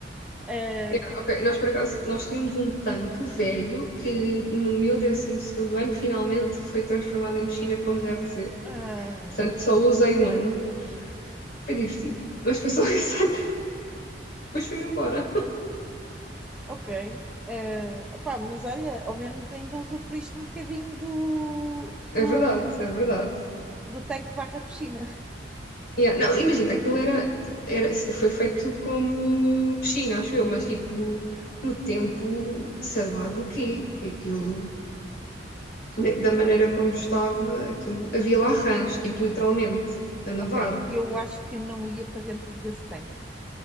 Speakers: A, in the centre; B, on the left.
A: Ah,
B: Yeah, ok, nós por acaso, nós tínhamos um tanque velho que no meu décimo segundo ano finalmente foi transformado em piscina como deve ser.
A: ah,
B: Portanto, só usei um ano. Foi divertido. Mas foi só <laughs> esse ano. Depois fui-me embora. <laughs>
A: ok. Ah, opá, mas olha, ao menos ainda usufruíste um bocadinho do, do,
B: É verdade, é verdade.
A: do tanque barra piscina.
B: Yeah, Não, imagina, aquilo era, era, foi feito como piscina, acho eu, mas tipo no tempo, sei lá do quê. Aquilo, da da maneira como estava, aquilo, havia lá rãs, tipo literalmente, a nadar.
A: Ok, eu acho que não ia para dentro desse tanque.